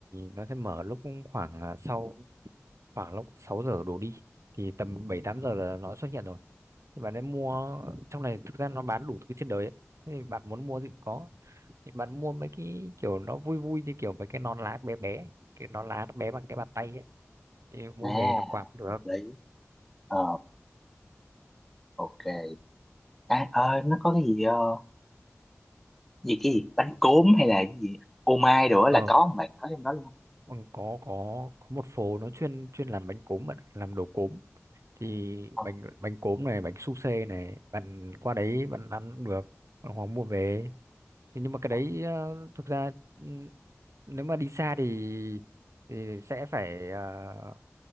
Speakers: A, on the right (about 75°); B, in the centre.
A: nó sẽ mở lúc khoảng à, sau khoảng lúc 6 giờ đổ đi thì tầm 7 8 giờ là nó xuất hiện rồi. Thì bạn ấy mua trong này thực ra nó bán đủ thứ trên đời ấy. Thế thì bạn muốn mua gì cũng có. Thì bạn mua mấy cái kiểu nó vui vui như kiểu mấy cái nón lá bé bé, cái nón lá nó bé bằng cái bàn tay ấy. Thì mua
B: à
A: về làm quà cũng được.
B: hợp lý ờ ok à ờ, nó có cái gì ờ, gì cái gì bánh cốm hay là cái gì ô mai đồ á
A: Ờ,
B: là có không bạn có trong đó luôn không
A: còn có có có một phố nó chuyên chuyên làm bánh cốm bạn ạ, làm đồ cốm thì
B: Ờ,
A: bánh bánh cốm này bánh su xê này bạn qua đấy bạn ăn cũng được bạn hoặc mua về Thế nhưng mà cái
B: ờ.
A: đấy ờ, thực ra ừ, nếu mà đi xa thì thì sẽ phải ờ,